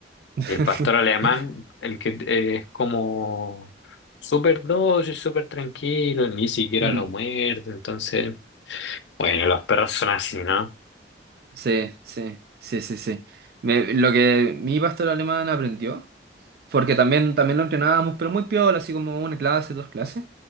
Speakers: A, on the right (about 60°); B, on the left (about 80°).
A: <laughs>
B: El pastor alemán, el que eh, es como súper dócil, súper tranquilo, ni siquiera
A: Mm,
B: lo muerde. Entonces, bueno, los perros son así, ¿no?
A: sí, sí, sí, sí, sí. Me- lo que mi pastor alemán aprendió, porque también, también lo entrenábamos, pero muy piola, así como una clase, dos clases.